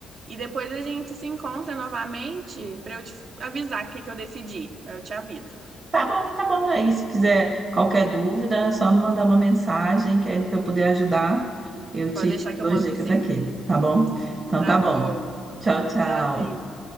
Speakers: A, on the right (about 60°); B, on the right (about 40°).
A: E depois a gente se encontra novamente para eu te avisar o que que eu decidi. Eu te aviso.
B: Tá bom, tá bom. Aí, se quiser qualquer dúvida, é só me mandar uma mensagem, que aí no que eu puder ajudar, eu te
A: Pode deixar que
B: dou
A: eu mando
B: as dicas
A: sim.
B: aqui, tá bom? Então
A: Tá
B: tá bom.
A: bom.
B: Tchau, tchau.
A: Tchauzinho.